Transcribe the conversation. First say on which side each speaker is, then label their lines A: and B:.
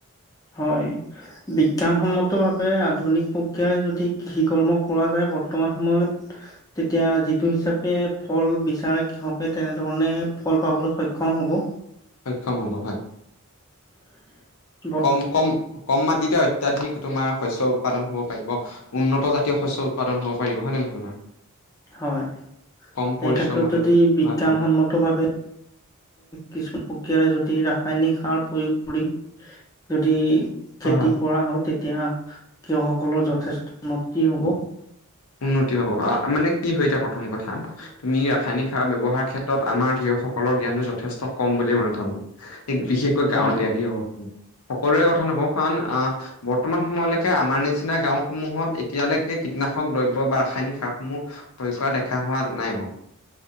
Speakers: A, on the left (about 15°); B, on the left (about 70°).
A: হয়। বিজ্ঞানসন্মতভাৱে আধুনিক প্ৰক্ৰিয়াৰে যদি কৃষি কৰ্ম কৰা যায় বৰ্তমান সময়ত তেতিয়া যিটো হিচাপে ফল বিচাৰে কৃষকে তেনেধৰণে ফল পাবলৈ সক্ষম হ'ব।
B: সক্ষম হব হয়,
A: বত-
B: কম কম কম মাটিতে অত্যাধিক তোমাৰ শস্য উৎপাদন হব পাৰিব। উন্নত জাতীয় শস্য উৎপাদন হব পাৰিব হয় নে নহয় বাৰু।
A: হয়,
B: কম পৰিশ্ৰমতে
A: এই ক্ষেত্ৰত যদি বিজ্ঞানসন্মত
B: হয় হয়
A: ভাৱে কিছু প্ৰক্ৰিয়াৰে যদি ৰাসায়নিক সাৰ প্ৰয়োগ কৰি যদি
B: হয়
A: খেতি
B: হয়।
A: কৰা হয় তেতিয়া কৃষকসকলৰ যথেষ্ট উন্নতি হব।
B: উন্নতি হব, মানে কি হয় এতিটা প্ৰথম কথা তুমি ৰাসায়নিক সাৰ ব্যয়ৱহাৰ ক্ষেত্ৰত আমাৰ কৃষকসকলৰ জ্ঞানটো যথেষ্ট কম বুলিুল মই ভাবো। এক বিশেষকৈ গাঁৱলীয়া
A: হয়,
B: কৃষক সকলোৰে কথা নকওঁ কাৰণ অ বৰ্তমান সময়লৈকে আমাৰ নিচিনা গাওসমূহত এতিয়ালৈকে কীটনা দ্ৰব্য বা ৰাসায়নিক সাৰসমূহ প্ৰয়োগ কৰা দেখা হোৱা নাই বুলি বাৰু।